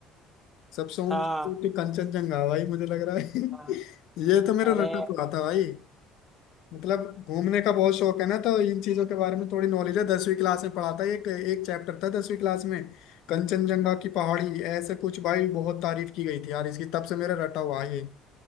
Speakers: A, on the left; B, in the centre.
A: सबसे ऊंची
B: हाँ
A: ऊंची कंचनजंगा भाई मुझे लग रहा है <laughs>
B: हाँ
A: ये तो मेरा
B: अरे
A: रटक हुआ था भाई मतलब घूमने का बहुत शौक है ना तो इन चीजों के बारे में थोड़ी नॉलेज है दसवीं क्लास में पढ़ा था एक एक चैप्टर था दसवीं क्लास में कंचनजंगा की पहाड़ी ऐसे कुछ भाई बहुत तारीफ की गई थी यार इसकी तब से मेरा रटा हुआ है ये